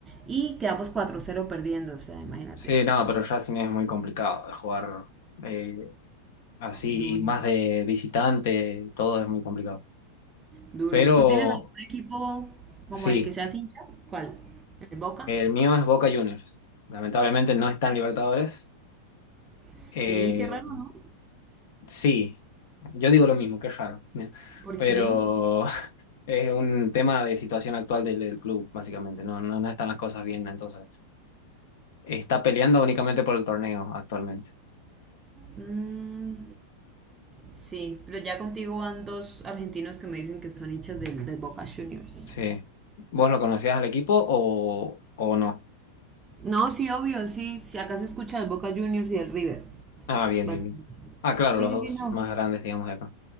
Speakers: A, on the right; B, on the left.
A: y quedamos cuatro cero perdiendo. O sea, imagínate,
B: Sí, no,
A: o sea,
B: pero
A: por-
B: Racing es muy complicado de jugar eh, así,
A: duro.
B: y más de visitante, todo es muy complicado.
A: Duro.
B: Pero
A: ¿Tú tienes algún equipo como
B: sí,
A: el que seas hincha? ¿Cuál? ¿El Boca?
B: el mío es Boca Juniors. Lamentablemente no está en Libertadores.
A: Sí,
B: Eh,
A: qué raro, ¿no?
B: sí. Yo digo lo mismo, qué raro. ¿no?
A: ¿Por
B: Pero
A: qué?
B: <laughs> es un tema de situación actual del, del club, básicamente. No, no, no están las cosas bien, entonces. Está peleando únicamente por el torneo actualmente.
A: Mm, sí, pero ya contigo van dos argentinos que me dicen que son hinchas del, del Boca Juniors.
B: Sí. ¿Vos lo conocías al equipo o, o no?
A: No, sí, obvio, sí, sí, acá se escucha el Boca Juniors y el River.
B: Ah, bien,
A: Bastante.
B: bien, bien. Ah, claro,
A: Sí,
B: los
A: sí,
B: dos
A: sí, no.
B: más grandes, digamos, de acá.